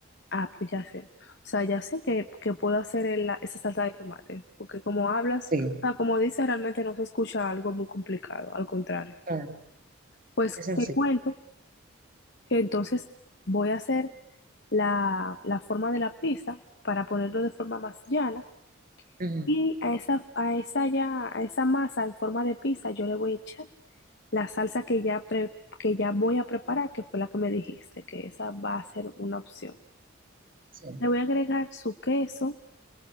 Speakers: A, on the left; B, on the right.
A: Ah, pues ya sé. O sea, ya sé que, que puedo hacer el- la- esa salsa de tomate. Porque como hablas,
B: Sí.
A: o sea, como dices, realmente no se escucha algo muy complicado. Al contrario.
B: Ah,
A: Pues
B: es sencillo.
A: te cuento que entonces voy a hacer la, la forma de la pizza para ponerlo de forma más llana.
B: Ujú.
A: Y a esa, a esa ya, a esa masa en forma de pizza yo le voy a echar la salsa que ya, pre- que ya voy a preparar, que fue la que me dijiste, que esa va a ser una opción.
B: Sí.
A: Le voy a agregar su queso,